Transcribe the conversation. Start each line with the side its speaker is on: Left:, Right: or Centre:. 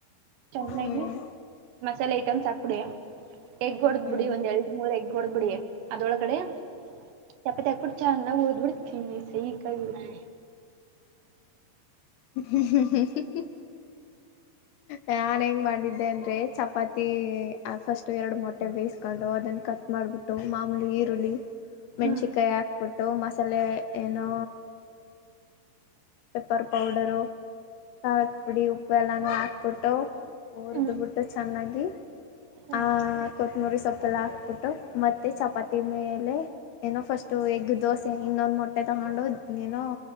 Right: ಚೆನ್ನಾಗಿ
Left: ಹ್ಮ್
Right: ಮಸಾಲೆ ಐಟಮ್ಸ್ ಹಾಕ್ ಡಿ ಎಗ್ ಹೊಡದ್
Left: ಹ್ಮ್
Right: ಬಿಡಿ ಒಂದ ಎರಡ್ ಮೂರ್ ಎಗ್ ಹೊಡಬ ಬಿಡಿ ಅದೊಳಗೆ ಕಡೆ ಚಪಾತಿ ಹಾಕ್ಬಿಟ್ಟ ಚನ್ನಾಗ ಓದ್ಬಿಡ್ತೀನಿ ಸೈಕ್ ಆಗಿ ಇರುತ್ತೆ
Left: ಹ್ಮ್.. ಹ್ಮ್.. ನಾನ್ ಹೆಂಗ್ ಮಾಡಿದ್ದೆ ಅಂದ್ರೆ ಚಪಾತಿ ಫಸ್ಟ್ ಎರಡು ಮೊಟ್ಟೆ ಬೇಯಿಸ್ಕೊಂಡು ಅದನ್ನ ಕಟ್ ಮಾಡ ಮಾಡ್ಬಿಟ್ಟು ಮಾಮೂಲಿ ಈರುಳ್ಳಿ
Right: ಹ್ಮ್
Left: ಮೆಣ್ಸಿನ್ಕಾಯಿ ಹಾಕ್ಬಿಟ್ಟು ಮಸಾಲೆ ಏನೋ ಪೆಪ್ಪರ್ ಪೌಡರು ಖಾರಕ್ ಪುಡಿ ಉಪ್ಪ ಎಲ್ಲಾನು ಹಾಕ್ಬಿಟ್ಟ ಟೋ ಉರಿದ್ಬಿಟ್ಟು
Right: ಹ್ಮ್
Left: ಚೆನ್ನಾಗಿ
Right: ಹ್ಮ್
Left: ಆ ಕೊತ್ತಂಬರಿ ಸೊಪೆಲ್ಲಾ ಹಾಕ್ಬಿಟ್ಟು ಮತ್ತೆ ಚಪಾತಿ ಮೇಲೆ ಏನೋ ಫಸ್ಟ್ ಎಗ್ ದೋಸೆ ಇನ್ನೊಂದು್ ಮೊಟ್ಟೆ ತಗೊಂಡು ನೀನು